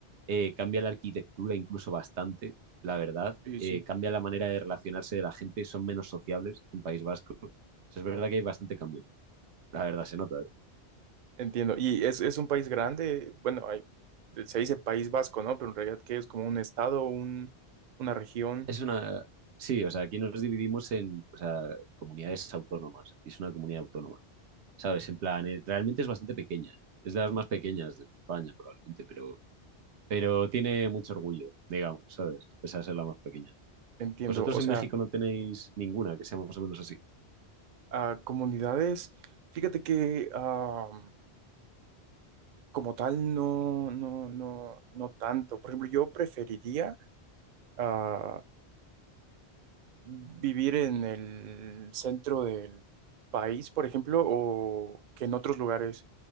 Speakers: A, on the right (about 85°); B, on the right (about 55°).
A: eh, cambia la arquitectura incluso bastante, la verdad,
B: Sí,
A: eh,
B: sí.
A: cambia la manera de relacionarse de la gente, son menos sociables en País Vasco, O sea, es verdad que hay bastante cambio, la verdad se nota. ¿eh?
B: Entiendo. Y es, es un país grande, bueno, hay, se dice País Vasco, ¿no? Pero en realidad que es como un estado, un, una región,
A: Es una... Sí, o sea, aquí nos dividimos en, o sea, comunidades autónomas, y es una comunidad autónoma. ¿sabes? En plan, eh, realmente es bastante pequeña. Es de las más pequeñas de España, probablemente, pero, pero tiene mucho orgullo, digamos, ¿sabes? Pese a ser la más pequeña.
B: entiendo.
A: Vosotros
B: O
A: en
B: sea,
A: México no tenéis ninguna que sea más o menos así.
B: a comunidades, fíjate que ah, como tal, no, no, no, no tanto. Por ejemplo, yo preferiría... ah, vivir en el centro del país, por ejemplo, o que en otros lugares.